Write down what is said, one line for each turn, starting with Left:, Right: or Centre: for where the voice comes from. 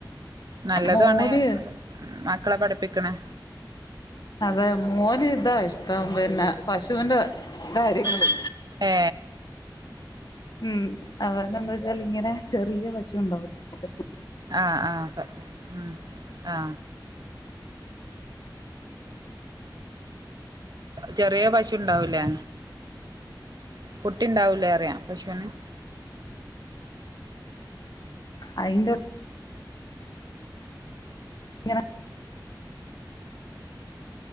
Right: നല്ലതുവാണ്
Left: മോന്
Right: മക്കളെ പഠിപ്പി <unintelligible>
Left: അതെ മോന് ഇതാ ഇഷ്ട്ടം പിന്നെ പശൂന്റെ കാര്യങ്ങള്.
Right: ഏ?
Left: ഉം അവർക്കെന്താവെച്ചാല് ഇങ്ങനെ ചെറിയ പശുണ്ടാവ പശു കുട്ട്
Right: ആ ആ പ ഉം ആ ചെറിയ പശുണ്ടാവില്ലേ? കുട്ടിണ്ടാവുലേറിയ പശൂന്?
Left: അയിന്റ ഇങ്ങനെ